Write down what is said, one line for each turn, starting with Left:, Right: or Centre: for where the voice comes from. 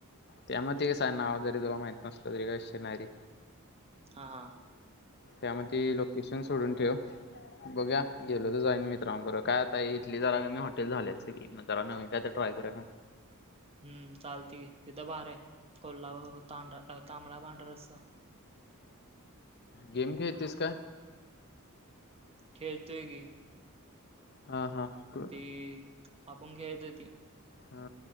Left: त्यामध्ये कसं हाय, नाव जरी तुला माहित नसलं तरी काय विषय नायरे.
Right: हां हां.
Left: त्यामध्ये लोकेशन सोडून ठेव. बघूया गेलो तर जाईन मित्रांबर काय आता इथली जरा का नाय हॉटेल झाल्यात सकी. मग जरा नवीन कायतर ट्राय करूया मग.
Right: हम्म चालतंय की. तिथं भारी हाय, कोल्हापूर तांढ तांबडा पांढरा रस्सा.
Left: गेम खेळतेस का?
Right: खेळतोय की.
Left: हा हा <unintelligible>
Right: ती आपण घ्याय येतो ती.
Left: हा,